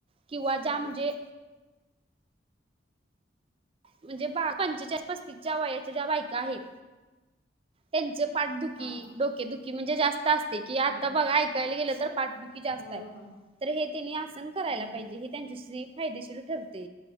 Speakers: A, on the right (about 30°); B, on the left (about 60°).
A: किंवा ज्या
B: हम्म
A: म्हणजे म्हणजे बा पंचा पस्तीसच्या वयाच्या ज्या बायका आहेत त्यां पाठदुखी
B: हा
A: डोकेदुखी म्हणजे जास्त असते कि आता
B: हम्म
A: बघा ऐकायला गेलं तर पाठदुखी जास्त
B: होय
A: आहे
B: होय
A: तर हे त्यांनी आसन करायला
B: हम्म
A: पाहिजे हे त्यांचीशी्री फायदेशीर ठरते